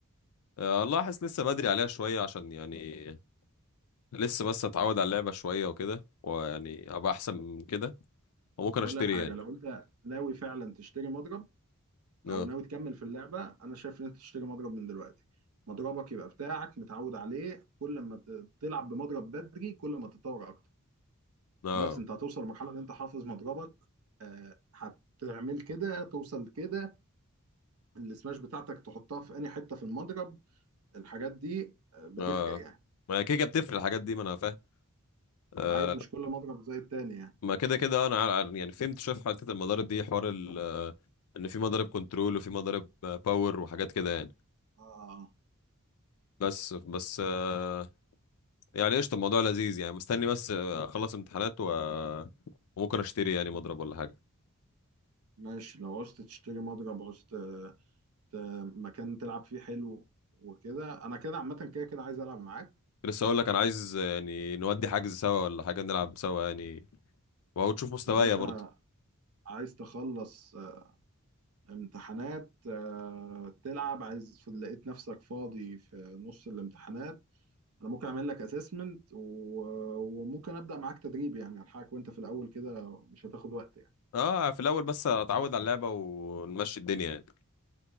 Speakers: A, on the left; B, on the right.
A: آه، والله حاسس لسه بدري عليها شوية عشان يعني لسه بس اتعود على اللعبة شوية وكده ويعني ابقى احسن من كده وممكن اشتري
B: اقول لك حاجه
A: يعني
B: لو انت ناوي فعلا تشتري مضرب او
A: اه
B: ناوي تكمل في اللعبه انا شايف ان انت تشتري مضرب من دلوقتي مضربك يبقى بتاعك متعود عليه كل ما ت- تلعب بمضرب بدري كل ما تتطور اكتر
A: اه
B: خلاص انت هتوصل لمرحله ان انت حافظ مضربك آه، هتعمل كده توصل كده السماش بتاعتك تحطها في انهي حته في المضرب الحاجات دي آه، بتفرق
A: اه
B: يعني
A: ما هي كده كده بتفرق الحاجات دي ما انا فاهم آه
B: انت عارف مش كل مضرب زي التاني يعني
A: ما كده كده انا عار- عار- يعني فهمت شوية في حتة المضارب دي حوار ال آه، ان في مضارب كنترول وفي مضارب آه، باور وحاجات كده يعني
B: اه
A: بس بس آه
B: بس.
A: يعني قشطة الموضوع لذيذ يعني مستني بس آه، اخلص امتحانات و وممكن اشتري يعني مضرب ولا حاجة
B: ماشي لو عوزت تشتري مضرب عوزت آه، ت- مكان تلعب فيه حلو وكده انا كده عامه كده كده عايز العب معاك
A: لسه اقول لك انا عايز يعني نودي حجز سوا ولا حاجه نلعب سوا يعني وتشوف مستوايا
B: يا باشا
A: برضه
B: عايز تخلص آه، امتحانات آه، تلعب عايز لقيت نفسك فاضي في نص الامتحانات انا ممكن اعمل لك اسسمنت وممكن ابدا معاك تدريب يعني الحقك وانت في الاول كده مش هتاخد وقت يعني
A: اه في الاول بس اتعود على اللعبه ونمشي الدنيا يعني